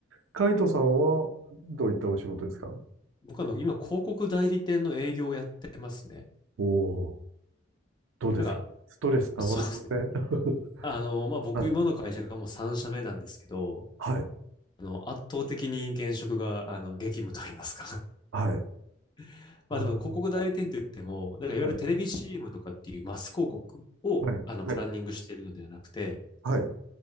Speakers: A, on the right; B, on the left.
A: カイトさんはどういったお仕事ですか
B: 僕あの、今、広告代理店の営業をやってますね。
A: おおー、どうですかストレスたまりません
B: なんか、そうですね。
A: <laughs>
B: あの、まあ僕、
A: はい。
B: 今の会社がもう3社目なんですけど、
A: はい。
B: あの、圧倒的に現職が、あの、激務と言いますか。
A: はい。あ
B: <laughs> まあでも、
A: ー
B: 広告代理店と言っても、なんかいわゆるテレビ
A: はい。
B: CM とかっていうマス広告を、
A: はい。
B: あの、
A: はい。
B: プランニングしているのではなくて、
A: はい。